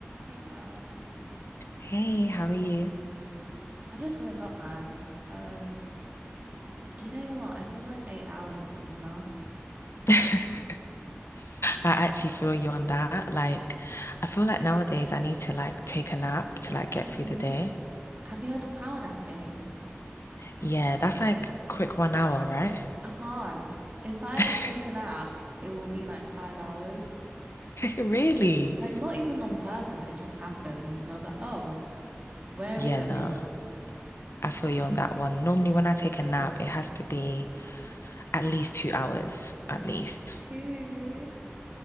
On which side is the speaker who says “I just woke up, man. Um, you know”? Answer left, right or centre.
Right